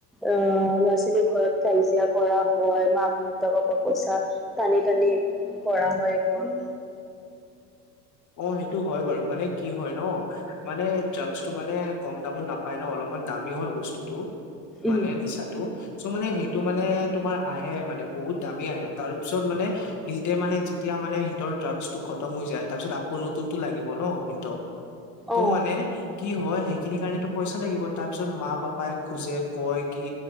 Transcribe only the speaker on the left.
অ সেইটো হয় বাৰু। মানে কি হয় ন মানে ড্ৰাগছটো মানে কম দামত নাপায় ন, অলপমান দামী হয় বস্তুটো।
মানে নিচাটো চ' মানে সেইটো মানে তোমাৰ আহে মানে বহুত দামী আহে, তাৰ পিছত মানে সিনতে মানে যেতিয়া মানে সিঁনতৰ ড্ৰাগছটো খতম হৈ যায় তাৰ পিছত আ কৌ নতুনটো লাগিব ন সিঁহতক, ত'
মানে কি হয় সেইখিনি কাৰণেটো পইচা লাগিব, তাৰপিছত মা-পাপাই খোজে কয় কি